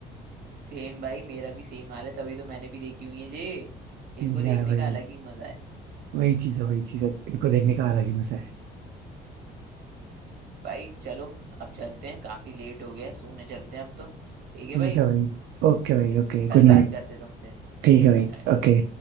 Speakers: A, on the right; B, on the right.
A: सेम भाई मेरा भी सेम हाल है तभी तो मैंने भी देखी हुई है ये
B: हम्म,
A: इनको
B: यार
A: देखने
B: भाई
A: का अलग ही मजा है
B: वही चीज है वही चीज है इनको देखने का अलग ही मजा है
A: भाई चलो अब चलते हैं काफी लेट हो गया है सोने चलते हैं अब तो ठीक है
B: ठीक
A: भाई
B: है भाई ओके भाई ओके
A: कल
B: गुड नाइट
A: बात करते हैं तुमसे
B: ठीक है भाई
A: Good night
B: ओके